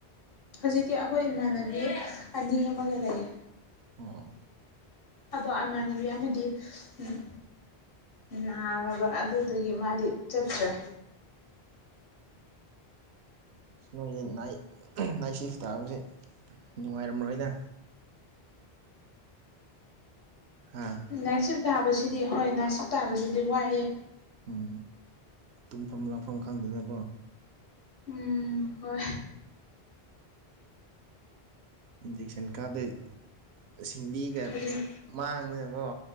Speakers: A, on the left; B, on the right.
A: ꯍꯧꯖꯤꯛꯇꯤ ꯑꯩꯈꯣꯏ ꯏꯃꯥꯟꯅꯕꯤ ꯑꯅꯤ ꯑꯃꯒ ꯂꯩꯌꯦ
B: ꯑꯣ
A: ꯑꯗꯣ ꯏꯃꯥꯟꯅꯕꯤ ꯑꯃꯗꯤ ꯎꯝ ꯅꯥꯔꯕ ꯑꯗꯨꯗꯨꯒꯤ ꯃꯥꯗꯤ ꯆꯠꯇ꯭ꯔꯦ
B: ꯅꯣꯏꯁꯦ ꯅꯥꯏ ꯅꯥꯏꯠ ꯁꯤꯐ ꯇꯥꯕꯁꯦ ꯅꯨꯡꯉꯥꯏꯔꯝꯔꯣꯏꯗ ꯍꯥ
A: ꯅꯥꯏꯠ ꯁꯤꯞ ꯇꯥꯕꯁꯤꯗꯤ ꯍꯣꯏ ꯅꯥꯏꯠ ꯁꯤꯞ ꯇꯥꯕꯁꯤꯗꯤ ꯋꯥꯏꯌꯦ
B: ꯎꯝ ꯇꯨꯝꯐꯝ ꯂꯥꯛꯐꯝ ꯈꯪꯗꯦꯅꯀꯣ
A: ꯎꯝ ꯍꯣꯏ
B: ꯏꯟꯖꯦꯛꯁꯟ ꯀꯥꯞꯗꯤ ꯁꯤꯡꯂꯤꯒ
A: ꯍꯧꯖꯤꯛ
B: ꯃꯥꯡꯗꯅꯀꯣ